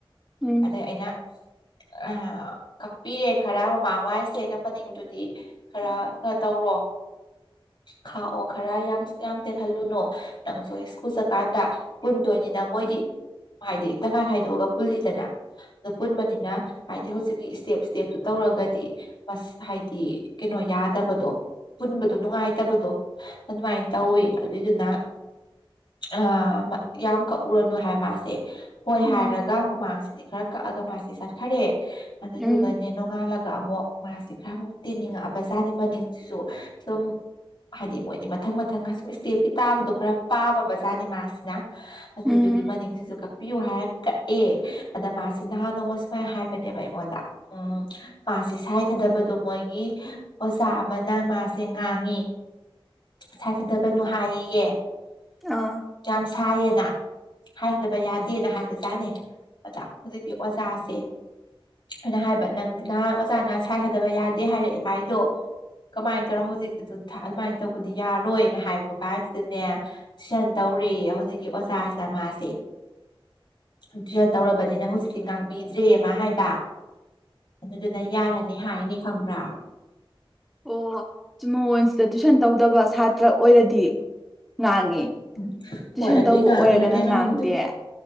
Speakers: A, in the centre; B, on the left.
A: ꯎꯝ ꯎꯝ
B: ꯑꯗꯩ ꯑꯩꯅ ꯑ ꯀꯛꯄꯤꯔꯦ ꯈꯔ ꯃꯃꯥꯡ ꯋꯥꯏꯁꯦ ꯑꯩꯅ ꯃꯅꯤꯡꯗꯨꯗꯤ ꯈꯔ <unintelligible> ꯇꯧꯔꯣ ꯈꯥꯛꯑꯣ ꯈꯔ ꯌꯥꯝ ꯌꯥꯝ ꯇꯦꯜꯍꯜꯂꯨꯅꯣ ꯅꯪꯁꯨ <unintelligible> ꯆꯠꯀꯥꯟꯗ ꯄꯨꯟꯗꯣꯏꯅꯤꯅ ꯃꯣꯏꯗꯤ ꯍꯥꯏꯗꯤ ꯇꯪꯈꯥꯏ ꯈꯥꯏꯗꯣꯛꯑꯒ ꯄꯨꯜꯂꯤꯗꯅ ꯑꯗꯨ ꯄꯨꯟꯕꯅꯤꯅ ꯍꯥꯏꯗꯤ ꯍꯧꯖꯤꯛꯀꯤ ꯏꯁꯇꯦꯞ ꯏꯁ ꯇꯦꯞꯇꯨ ꯇꯧꯔꯒꯗꯤ ꯃꯁ ꯍꯥꯏꯗꯤ ꯀꯩꯅꯣ ꯌꯥꯗꯕꯗꯣ ꯄꯨꯟꯕꯗꯣ ꯅꯨꯡꯉꯥꯏꯇꯕꯗꯣ ꯑꯗꯨꯃꯥꯏꯅ ꯇꯧꯋꯤ ꯑꯗꯨꯏꯗꯨꯅ ꯑ ꯌꯥꯝ ꯀꯛꯎꯔꯅꯨ ꯍꯥꯏꯔ ꯃꯥꯁꯦ ꯍꯣꯏ
A: ꯎꯝ
B: ꯍꯥꯏꯔꯒ ꯃꯃꯥꯡꯁꯤꯗꯤ ꯈꯔ ꯀꯛꯑꯒ ꯃꯥꯁꯦ ꯆꯠꯈꯔꯦ ꯑꯗꯨꯗꯨꯒꯅꯦ
A: ꯎꯝ
B: ꯅꯣꯡꯉꯥꯜꯂ ꯒ ꯑꯃꯨꯛ ꯃꯥꯁꯦ ꯈꯔ ꯑꯃꯨꯛ ꯇꯦꯟꯅꯤꯡꯉꯛ ꯑꯕꯖꯥꯠꯅꯤ ꯃꯅꯤꯡꯁꯤꯁꯨ ꯁꯨꯝ ꯍꯥꯏꯗꯤ ꯃꯣꯏꯗꯤ ꯃꯊꯪ ꯃꯊꯪ ꯑꯁꯨꯝ ꯏꯁꯇꯦꯞꯀꯤ ꯇꯥꯕꯗꯣ ꯈꯔ ꯄꯥꯝꯃꯕ ꯖꯥꯠꯅꯤ ꯃꯥꯁꯤꯅ ꯑꯗꯨꯗꯨꯒꯤ
A: ꯎꯝ
B: ꯃꯅꯤꯡꯁꯤꯖꯨ ꯀꯛꯄꯤꯌꯨ ꯍꯥꯏꯔ ꯀꯛꯑꯦ ꯑꯗ ꯃꯥꯁꯦ ꯅꯍꯥꯟ ꯅꯣꯡꯃ ꯁꯨꯃꯥꯏ ꯍꯥꯏꯕꯅꯦꯕ ꯑꯩꯉꯣꯟꯗ ꯎꯝ ꯃꯥꯁꯦ ꯁꯥꯏ ꯊꯥꯗꯕꯗꯣ ꯃꯣꯏꯒꯤ ꯑꯣꯖꯥ ꯑꯃꯅ ꯃꯥꯁꯦ ꯉꯥꯡꯉꯤ ꯁꯥꯏ ꯊꯥꯗꯒꯅꯨ ꯍꯥꯏꯌꯦꯌꯦ
A: ꯑ
B: ꯌꯥꯝ ꯁꯥꯏꯌꯦꯅ ꯍꯥꯏꯗꯕ ꯌꯥꯗꯦꯅ ꯍꯥꯏꯕ ꯖꯥꯠꯅꯤ ꯑꯗ ꯍꯨꯖꯤꯛꯇꯤ ꯑꯣꯖꯥꯁꯦ ꯑꯩꯅ ꯍꯥꯏꯕ ꯅꯪꯗꯤ ꯅꯍꯥꯟ ꯑꯣꯖꯥꯅ ꯁꯥꯥꯏ ꯊꯥꯗꯕ ꯌꯥꯗꯦ ꯍꯥꯏꯔꯛꯑꯦ ꯍꯥꯏꯗꯣ ꯀꯃꯥꯏꯟ ꯇꯧꯔ ꯍꯧꯖꯤꯛꯇ ꯑꯗꯨꯃꯥꯏꯟ ꯇꯧꯕꯗꯤ ꯌꯥꯔꯣꯏꯅ ꯍꯥꯏꯕ ꯀꯥꯟꯁꯤꯗꯅꯦ ꯇꯨꯏꯁꯟ ꯇꯧꯔꯦꯌꯦ ꯍꯧꯖꯤꯛꯀꯤ ꯑꯣꯖꯥꯁꯤꯗ ꯃꯥꯁꯦ <unintelligible> ꯇꯧꯔꯕꯅꯤꯅ ꯍꯧꯖꯤꯛꯇꯤ ꯉꯥꯡꯕꯤꯗ꯭ꯔꯦꯌꯦ ꯃꯥ ꯍꯥꯏꯕ ꯑꯗꯨꯗꯨꯅ ꯌꯥꯔꯅꯤ ꯍꯥꯏꯅꯤ ꯈꯪꯕ꯭ꯔꯥ
A: ꯑꯣ ꯃꯥꯉꯣꯟꯁꯤꯗ ꯇꯨꯏꯁꯟ ꯇꯧꯗꯕ ꯁꯥꯇ꯭ꯔ ꯑꯣꯏꯔꯗꯤ ꯉꯥꯡꯉꯤ
B: ꯎꯝ
A: ꯇꯨꯏꯁꯟ
B: ꯍꯣꯏ ꯑꯗꯨꯏ
A: ꯇꯧꯕ
B: ꯉꯥꯡꯉꯤꯔ
A: ꯑꯣꯏꯔꯒꯅ
B: ꯀꯩꯅꯣ
A: ꯉꯥꯡꯗꯦ
B: ꯈꯪꯗꯦ